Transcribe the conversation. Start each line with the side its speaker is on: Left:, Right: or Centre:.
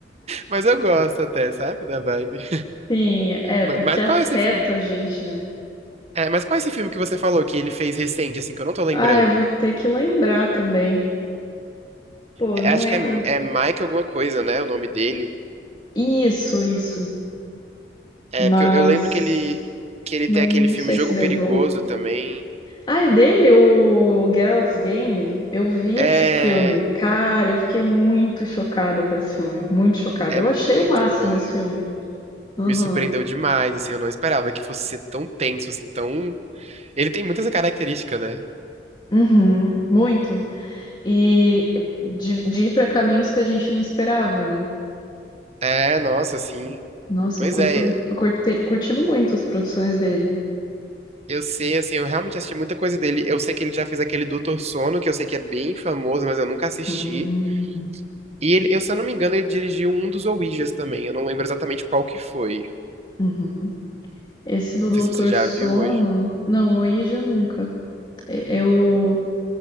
Right: Mas eu gosto até, sabe? Da vibe.
Left: Sim, é,
Right: Ma-
Left: porque
Right: Mas
Left: afeta
Right: qual é esse filme?
Left: a gente, né?
Right: É, mas qual é esse filme que você falou que ele fez recente, assim, que eu não tô lembrando?
Left: Ah, eu vou ter que lembrar também. Pô,
Right: É,
Left: eu não
Right: acho
Left: lembro.
Right: que é, é Mike alguma coisa, né? O nome dele.
Left: Isso, isso.
Right: É,
Left: Mas
Right: porque eu, eu lembro que ele, que ele
Left: não
Right: tem aquele filme
Left: sei
Right: Jogo
Left: se deu
Right: Perigoso
Left: bom.
Right: também.
Left: Ah, é dele, o Geralt's Game? Eu vi
Right: É,
Left: esse filme. Cara, eu fiquei muito chocada com esse filme. Muito chocada.
Right: é
Left: Eu
Right: muito
Left: achei o máximo
Right: bom,
Left: esse
Right: né?
Left: filme. Aham.
Right: Me surpreendeu demais, assim, eu não esperava que fosse ser tão tenso, assim, tão... Ele tem muita essa característica, né?
Left: Uhum. Muito. E de, de ir pra caminhos que a gente não esperava, né?
Right: É, nossa, assim...
Left: Nossa,
Right: Pois
Left: eu curto,
Right: é,
Left: tô curte- curtindo muito as produções dele.
Right: eu sei, assim, eu realmente assisti muita coisa dele. Eu sei que ele já fez aquele Doutor Sono, que eu sei que é bem famoso, mas eu nunca assisti.
Left: Hum.
Right: E ele, eu, se eu não me engano, ele dirigiu um dos Ouijas também. Eu não lembro exatamente qual que foi.
Left: Uhum. Esse do
Right: Não
Left: Doutor
Right: sei se você já
Left: Sono.
Right: viu hoje.
Left: Não, o Ija nunca. é Eu